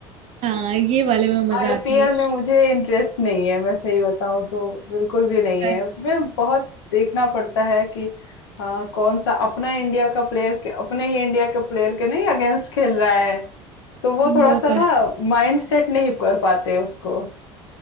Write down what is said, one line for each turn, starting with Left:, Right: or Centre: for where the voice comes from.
Right: हाँ ये वाले में मजा
Left: आईपीएल
Right: आती है
Left: में मुझे इंटरेस्ट नहीं है मैं सही बताऊं तो बिल्कुल भी नहीं
Right: अच्छा,
Left: है उसमें बहुत देखना पड़ता है कि हाँ, कौन सा अपना इंडिया का प्लेयर अपने ही इंडिया के प्लेयर के नहीं अगेंस्ट खेल रहा है तो वो थोड़ा
Right: वो
Left: सा
Right: तो
Left: ना माइंड सेट नहीं कर पाते उसको